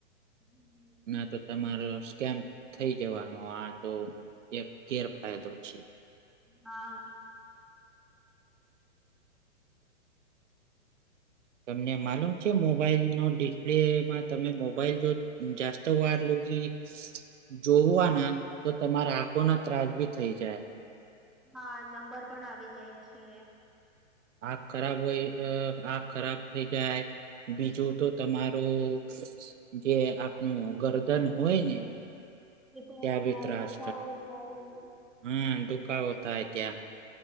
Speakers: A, in the centre; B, on the right (about 75°).
A: હમ <inaudible> <inaudible>
B: ના તો તમારો સ્કેમ થઈ જવાનો આ તો એક ગેરફાયદો છે
A: હા
B: તમને માલુમ છે મોબાઈલ નો ડિસ્પ્લેમાં તમે મોબાઈલ જો જાસ્ત વાર લો કે જોવાના તો તમારા આંખો ના ત્રાસ ભી થઈ જાય
A: હા નંબર પણ આવી જાય છે
B: આખ ખરાબ હોય આખ ખરાબ થઈ જાય. બીજું તો તમારું જે આપનું ગરદન હોય ને
A: એ પણ
B: ત્યાં બી
A: એ હા
B: ત્રાસ
A: દુખાવો થાય એ.
B: હા ડુકા હોતા હ ત્યાં